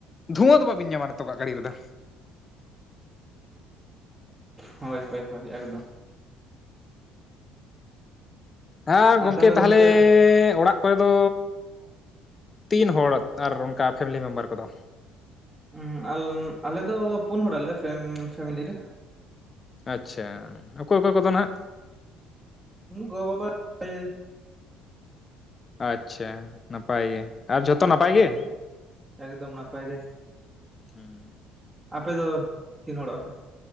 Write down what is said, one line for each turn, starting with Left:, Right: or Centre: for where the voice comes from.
Left: ᱫᱷᱩᱣᱟᱹ ᱫᱚ ᱵᱟᱵᱤᱱ ᱧᱟᱢᱟ ᱱᱤᱛᱚᱜᱟᱜ ᱜᱟᱹᱲᱤ ᱨᱮᱫᱚ᱾
Right: ᱦᱳᱭ ᱦᱳᱭ ᱦᱳᱭ ᱮᱠᱫᱚᱢ᱾
Left: ᱦᱮᱸ
Right: ᱟᱨ
Left: ᱜᱚᱝᱠᱮ
Right: ᱜᱚᱢᱠᱮ
Left: ᱛᱟᱦᱚᱞᱮ ᱚᱲᱟᱜ ᱚᱠᱚᱭ ᱫᱚ ᱛᱤᱱ ᱦᱚᱲ ᱟᱨ ᱚᱱᱠᱟ ᱯᱷᱮᱢᱮᱞᱤ ᱢᱮᱢᱵᱟᱨ ᱠᱚᱫᱚ?
Right: ᱦᱩᱸ ᱟᱞ ᱟᱞᱮ ᱫᱚ ᱯᱩᱱ ᱦᱚᱲᱟᱞᱮ ᱯᱷᱮᱢ ᱯᱷᱮᱢᱮᱞᱤ ᱨᱮ᱾
Left: ᱟᱪᱪᱷᱟ ᱚᱠᱚᱭ ᱚᱠᱚᱭ ᱠᱚᱫᱚ ᱱᱟᱦᱟᱸᱜ?
Right: ᱜᱚ ᱵᱟᱵᱟ <unintelligible>
Left: ᱟᱪᱪᱷᱟ ᱱᱟᱯᱟᱭ ᱜᱮ, ᱟᱨ ᱡᱚᱛᱚ ᱱᱟᱯᱟᱭ ᱜᱮ?
Right: ᱮᱠᱫᱚᱢ ᱮᱠᱫᱚᱢ ᱱᱟᱯᱟᱭ ᱜᱮ᱾
Left: ᱦᱩᱸ᱾
Right: ᱟᱯᱮ ᱫᱚ ᱛᱤᱱ ᱦᱚᱲᱚᱜ ᱟᱯᱮ?